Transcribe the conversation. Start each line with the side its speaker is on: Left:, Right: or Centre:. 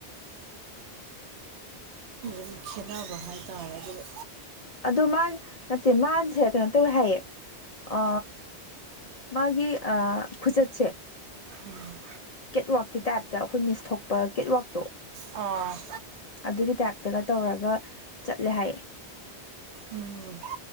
Right: <unintelligible> <inaudible> ꯈꯦꯠꯅꯕ ꯍꯥꯏꯇꯥꯔꯦ ꯑꯗꯨꯒ
Left: ꯑꯗꯣ ꯃꯥ ꯅꯠꯇꯦ ꯃꯥꯁꯦ ꯀꯩꯅꯣ ꯇꯧꯋꯦ ꯍꯥꯏꯌꯦ ꯑ ꯃꯥꯒꯤ ꯑ ꯈꯨꯆꯠꯁꯦ
Right: ꯎꯝ
Left: ꯀꯦꯠꯋꯥꯛꯀꯤ ꯇꯥꯏꯞꯇ ꯑꯩꯈꯣꯏ ꯃꯤꯁ ꯊꯣꯛꯄ ꯀꯦꯠꯋꯥꯛ ꯇꯣ
Right: ꯑꯥ
Left: ꯑꯗꯨꯒꯤ ꯇꯥꯏꯞꯇꯒ ꯇꯧꯔꯒ ꯆꯠꯂꯦ ꯍꯥꯏꯌꯦ
Right: ꯎꯝ